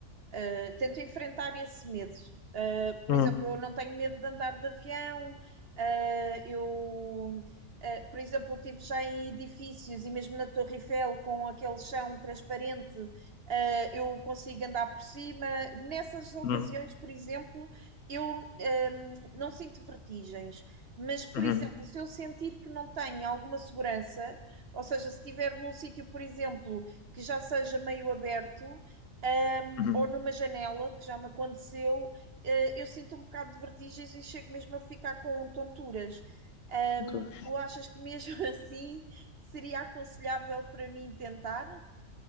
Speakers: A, on the right; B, on the left.
A: Uh, tento enfrentar esse medo. Uh, por
B: Hum,
A: exemplo, eu não tenho medo de andar de avião, uh, eu. Uh, por exemplo, eu estive já em edifícios e mesmo na Torre Eiffel, com aquele chão transparente, uh, eu consigo andar por cima. Nessas ocasiões,
B: hum,
A: por exemplo, eu um, não sinto vertigens. Mas, por
B: hum,
A: exemplo, se eu sentir que não tenho alguma segurança, ou seja, se estiver num sítio, por exemplo, que já seja meio aberto, eh,
B: hum.
A: ou numa janela, que já me aconteceu, eh, eu sinto um bocado de vertigens e chego mesmo a ficar com tonturas. Ahm,
B: Concordo.
A: tu achas que mesmo <laughs> assim seria aconselhável para mim tentar?